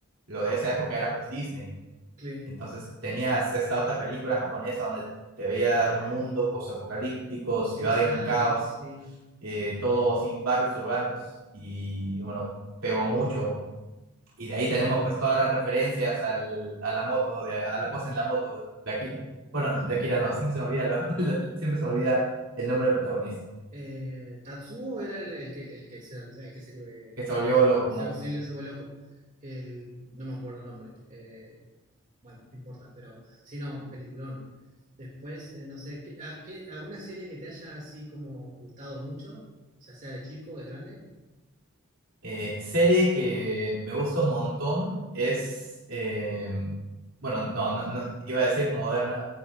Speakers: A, on the right; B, on the right.
A: lo de esa época era pues Disney
B: sí.
A: entonces tenías esta otra película japonesa donde te veía un mundo posapocalíptico, ciudad
B: Exacto,
A: en caos,
B: sí,
A: eh, todo así, barrios urbanos, y bueno, pegó mucho. Y de ahí tenemos pues todas las referencias al, a la moto, de, a la pose en la moto de Akira. Bueno,
B: total.
A: de Akira no, siempre se me olvida, la- <laughs> la- siempre se me olvida el nombre del protagonista,
B: Eh, Tatsuo era el, el que, el que se, el que se,
A: que se
B: el
A: volvió
B: que se,
A: loco,
B: se,
A: monstruo.
B: se- se volvió loco. El- no me acuerdo el nombre. Eh, bueno, no importa, pero sí, no, un peliculón. Después, eh, no sé, ¿qué- a- qué- ¿alguna serie que te haya así como gustado mucho? Ya sea de chico o de grande.
A: Eh, serie que me gusta un montón es, eh, bueno, no, no, no, iba a decir moderna,